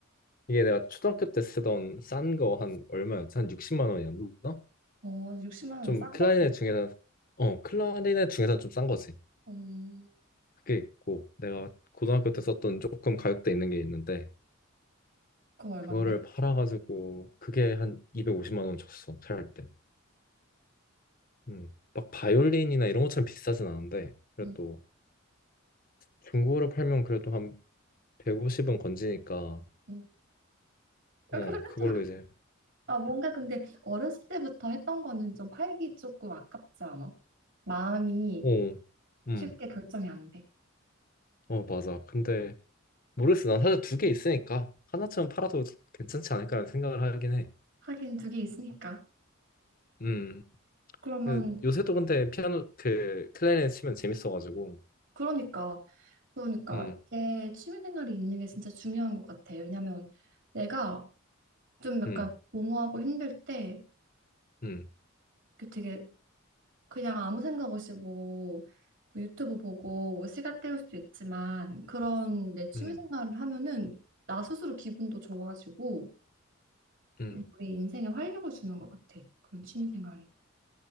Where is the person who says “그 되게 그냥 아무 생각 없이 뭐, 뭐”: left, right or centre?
Right